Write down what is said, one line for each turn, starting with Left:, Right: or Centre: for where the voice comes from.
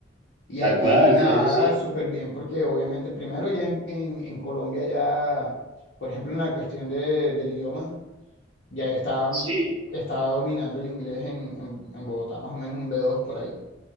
Left: Y
Right: tal
Left: aquí
Right: cual,
Left: nada,
Right: claro que sí.
Left: súper bien, porque obviamente primero ya en, en- en Colombia ya, por ejemplo, en la cuestión de- del idioma, ya yo estaba,
Right: Sí,
Left: estaba dominando el inglés en, en en Bogotá, más o menos un b dos por ahí,